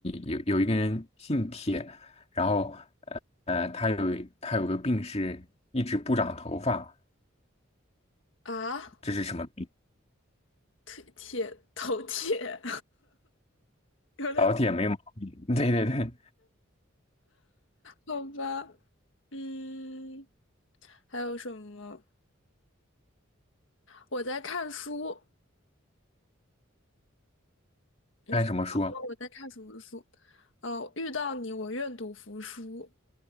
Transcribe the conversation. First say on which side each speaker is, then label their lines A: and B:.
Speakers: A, on the left; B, on the left.
A: 有有一个人姓铁，然后呃，呃，他有他有个病是一直不长头发，
B: 啊，
A: 这是什么病？
B: 腿铁头铁，<laughs> 有点
A: 老铁没毛病。<laughs> 对对对，
B: 好吧。嗯，还有什么？我在看书，嗯，
A: 看什么书啊？
B: 我在看什么书？呃，遇到你，我愿赌服输。